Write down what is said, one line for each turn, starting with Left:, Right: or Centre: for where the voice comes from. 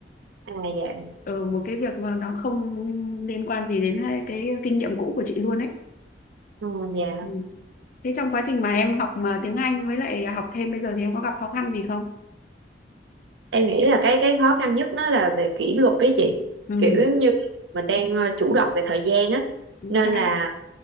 Right: à dạ
Left: ở một cái việc mà nó không liên quan gì đến cái cái kinh nghiệm cũ của chị luôn ấy
Right: ừ, dạ
Left: ừ. thế trong quá trình mà em học mà tiếng Anh với lại học thêm bây giờ thì em có gặp khó khăn gì không
Right: em nghĩ là cái cái khó khăn nhất nó là về kỷ luật cái chị
Left: ừ
Right: kiểu giống như mình đang ờ, chủ động về thời gian á
Left: chính
Right: nên
Left: xác
Right: là